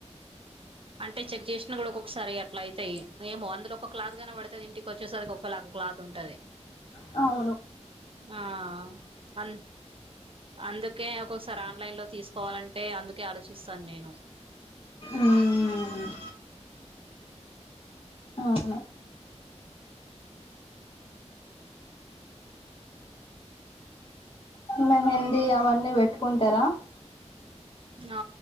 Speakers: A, on the right; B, on the left.
A: అంటే చెక్ చేేషిన కుడా ఒకో సరే అట్ల అయితయి ఏమో అందులో ఒక క్లాత్ గానపడుతది ఇంటికోచ్చేసరికి ఒక లాగా క్లాత్ ఉంటది
B: అ
A: ఆ అన్ అంద్ కే ఒక్కొక్కసారి ఆన్లైన్ లో తీసుకోవాలంటే అందుకే ఆలోచిస్తాను నేను
B: మ్మ్ అవును మెహందీ అవన్నీ పెట్టుకుంటారా
A: ఆ